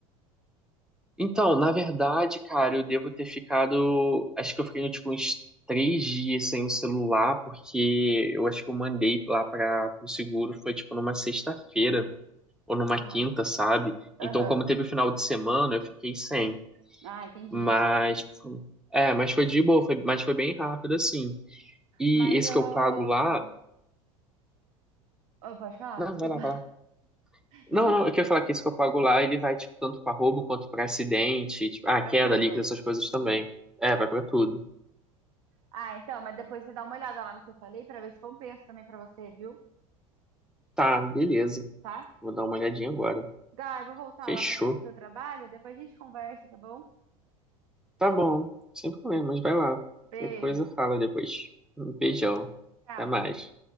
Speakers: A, in the centre; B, on the right.
A: Então, na verdade, cara, eu devo ter ficado. Acho que eu fiquei, tipo, uns três dias sem o celular, porque eu acho que eu mandei lá para o seguro, foi, tipo, numa sexta-feira ou numa
B: Nossa.
A: quinta, sabe?
B: Aham.
A: Então, como teve o final de semana, eu fiquei sem.
B: Ah, entendi.
A: Mas, tipo, é, mas foi de boa, foi, mas foi bem rápido, assim. E
B: Mas
A: esse
B: eu.
A: que eu pago lá.
B: pode falar?
A: Não,
B: Desculpa.
A: vai lá, vai lá.
B: <laughs>
A: Não,
B: Não,
A: não, eu queria falar que esse que eu pago lá, ele vai, tipo, tanto pra roubo quanto pra acidente, tipo,
B: vai
A: ah,
B: pra
A: queda
B: tudo.
A: líquida, essas coisas também. É, vai pra tudo.
B: Ah, então, mas depois você dá uma olhada lá no que eu falei pra ver se compensa também pra você, viu?
A: Tá, beleza.
B: Tá?
A: Vou dar uma olhadinha agora.
B: Gai, eu vou voltar
A: Fechou.
B: lá pra tra pro trabalho, depois a gente conversa, tá bom?
A: Tá bom, sem problemas, vai lá.
B: Beijo.
A: Qualquer coisa, fala depois. Um beijão.
B: Tchau.
A: Até mais.